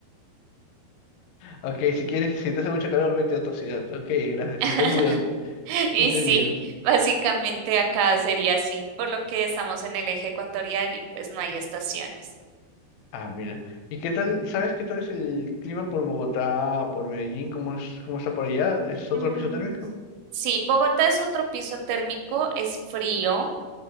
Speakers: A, on the left; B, on the right.
A: Ok, si quieres, si te hace mucho calor, vete a otra ciudad. Ok, gracias,
B: <laughs>
A: entendido.
B: Y
A: Entendido.
B: sí, básicamente acá sería así, por lo que estamos en el eje ecuatorial y pues no hay estaciones.
A: Ah, mira. ¿Y qué tal, sabes qué tal es el clima por Bogotá, por Medellín? ¿Cómo es, cómo está por allá? ¿Es otro
B: Mm,
A: piso térmico?
B: mm, Sí, Bogotá es otro piso térmico, es frío,